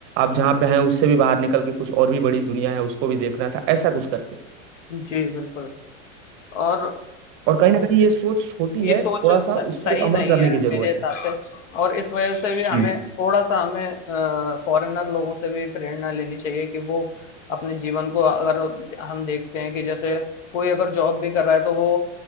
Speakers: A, on the right; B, on the left.
A: आप जहाँ पे हैं उससे भी बाहर निकल के कुछ और भी बड़ी दुनिया है उसको भी देखना था ऐसा कुछ करके
B: जी बिल्कुल और
A: और कहीं ना कहीं ये सोच छोटी
B: ये
A: है
B: सोच
A: थोड़ा
B: स-
A: सा उस
B: सही
A: पर अमल
B: नहीं
A: करने
B: है
A: की जरूरत
B: मेरे हिसाब
A: है
B: से और इस वजह से भी हमें
A: हम्म
B: थोड़ा सा हमें फॉरेनर लोगों से भी प्रेरणा लेनी चाहिए कि वो अपने जीवन को अगर हम देखते हैं कि जैसे कोई अगर जॉब भी कर रहा है तो वो